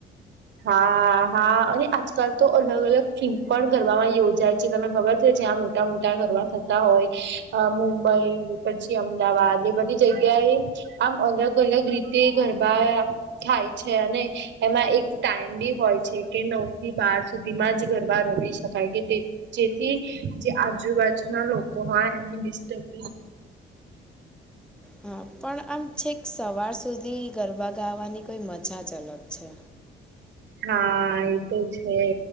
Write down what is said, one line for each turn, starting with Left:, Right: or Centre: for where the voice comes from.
Right: હા હા અને આજકાલ તો અલગ અલગ થીમ પણ ગરબામાં યોજાય છે તમને ખબર છે જે આમ મોટા મોટા ગરબા થતા હોય મુંબઈ પછી અમદાવાદ એ બધી જગ્યા એ આમ અલગ અલગ રીતે ગરબા થાય છે અને એમાં એક ટાઈમલી હોય છે કે નવ થી બાર સુધીમાં જ ગરબા રમી શકાય કે તે જેથી જે આજુબાજુ ના લોકો હોય એમને ડિસ્ટર્બ
Centre: હા પણ આમ છેક સવાર સુધી ગરબા ગાવાની કોઈ મજા જ અલગ છે.
Right: હા એ તો છે